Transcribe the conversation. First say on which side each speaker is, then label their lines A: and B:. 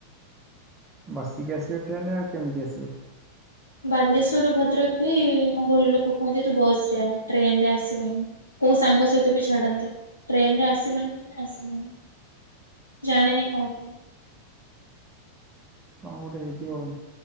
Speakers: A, on the right (about 20°); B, on the left (about 80°).
A: ବସିକି ଆସିବେ ଟ୍ରେନ୍ ରେ ଆଉ କେମିତି ଆସିବେ।
B: ବାଲେଶ୍ଵରରୁ ଭଦ୍ରକ ବି ମୋ ଘର ଲୋକ କୁହନ୍ତି ତୁ ବସ୍ ରେ ଆ ଟ୍ରେନରେ ଆସିବୁନି। କୋଉ ସାଙ୍ଗ ସହିତ ବି ଛାଡନ୍ତିନି ଟ୍ରେନ୍ ରେ ଆସିବନି ମାନେ ଆସିବନି। ଜାଣିନି କଣ ପାଇଁ।
A: କଣ ଗୋଟେ ହେଇଥିବ ଆଉ।